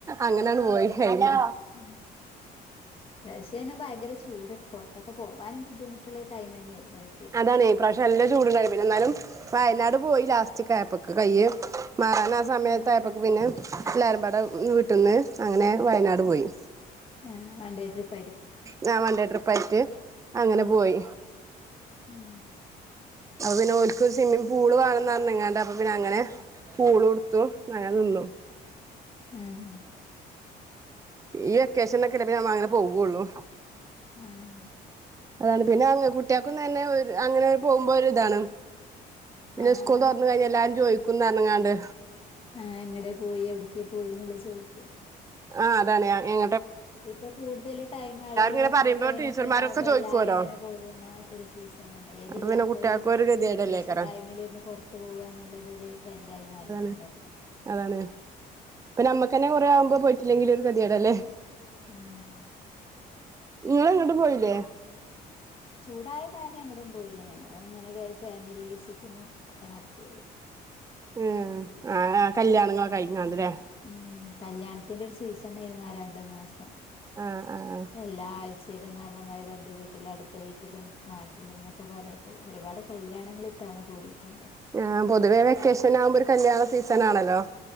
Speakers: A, on the right; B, on the left.
A: അങ്ങനങ്ങ് പോയി കഴിഞ്ഞു
B: ഉം വേസേനെ ഭയങ്കര ചൂടുത്ത് പുറത്തൊക്കെ പോകാനും ബുദ്ധിമുട്ടുള്ള ടൈമന്നെ ആയിരുന്നു അത്
A: അതാണ് ഈ പ്രാവശ്യം നല്ല ചൂടുണ്ടായിരുന്നു പിന്നെന്നാലും വയനാട് പോയി ലാസ്റ്റിക്കെ ആയപ്പക്കെ കയ്യെ മാറൻ സമയത്തായപ്പേക്ക്
B: ഉം
A: പിന്നെ എല്ലരമ്പട വീട്ടീന്ന് അങ്ങനെ വയനാട് പോയി
B: ആഹ് വണ്ടേ ട്രിപ്പ്‌
A: ഞൻ വൺണ്ടേ ട്രിപ്പായിട്ട് അങ്ങനെ പോയി
B: ഉം
A: അപ്പൊ പിന്നെ ഓൽക്കു സ്വിമ്മിംഗ് പൂള് കാണന്ന് പറഞ്ഞെങ്ങാണ്ട് അപ്പൊ പിന്നെങ്ങനെ പൂളു ഒടുത്തു നയന്നോ
B: ആഹ്
A: ഈ വെക്കേഷനൊക്കെ എന്നാ പിന്നെ ഞമ്മ അങ്ങനെ പോകുവൊള്ളൂ
B: ആഹ്
A: അതാണ് പിന്നെ കുട്ടികക്കും തന്നെ ഒരു അങ്ങനെ പോകുമ്പൊ ഒരു ഇതാണ് പിന്നെ
B: ആഹ്
A: സ്കൂൾ തുറന്നു കഴിഞ്ഞാൽ എല്ലാരും ചോദിക്കുംന്ന് എറങ്ങാണ്ട്
B: ആഹ് എങ്ങടെ പോയി എവിടേക്ക് പോയിന്നുള്ള ചോദിക്യാ
A: ആഹ് അതാണ് എങ്ങ
B: ഇപ്പൊ കൂടുതലു ടൈം ആളുകളു
A: ഇങ്ങനെ
B: വെക്കേഷനൊക്കെ
A: പറയുമ്പോ ടീച്ചർമാരൊക്കെ
B: ഉണ്ടാവുമ്പോ
A: ചോദിക്കുവല്ലോ
B: എല്ലാരും ഇങ്ങനെ പോകുന്ന ഒരു സീസൺ തന്നെന്നെ ഏതില്ലാത്തവരും
A: അപ്പൊ പിന്നെ കുട്ടികൾക്കും ഒരു ഗതികേടല്ലേക്കാരം
B: വെക്കേഷൻ ടൈമിലിന്ന് പുറത്തു പോവുകാന്നുള്ളതൊരു ട്രെൻഡായി മാറിട്ട്ണ്ടാവും
A: അതാണ് അതാണ് ഇപ്പ നമ്മക്കന്നെ കൊറെ ആവുമ്പ പോയിട്ടില്ലെങ്കിൽ ഒരു കെത്യേട് അല്ലേ.
B: ആഹ്
A: ഇങ്ങള്ങ്ങട്ടും പോയില്ലേ?
B: ചൂടായ കാരണം എങ്ങോട്ടും പോയില്ല ഞമ്മളും അങ്ങനെ ഫാമിലി വിസിറ്റിങ്ങ് നടത്തിയുള്ളു.
A: ഏഹ് ആഹ് കല്ല്യാണങ്ങൾ കഴിഞ്ഞോണ്ട് ല്ലേ?
B: ഉം കല്യാണത്തിന്റെ ഒരു സീസൺ ആയിരുന്നു ആഹ് രണ്ട് മാസം.
A: ആഹ് ആഹ് ആഹ്
B: എല്ലാ ആഴ്ചയിലും ധാരണമായ ബന്ധു വീട്ട്ലും അടുത്ത വീട്ട്ലും നാട്ടിലും ന്നൊക്കെ പറ്യ. ട്ട് ഒരുപാട് കല്യാണങ്ങൾ ഇത്തവണ കൂടിയിട്ടുണ്ട്.
A: ആഹ് പൊതുവേ വെക്കേഷൻ ആകുമ്പോ ഒരു കല്യാണ സീസൺ ആണല്ലോ.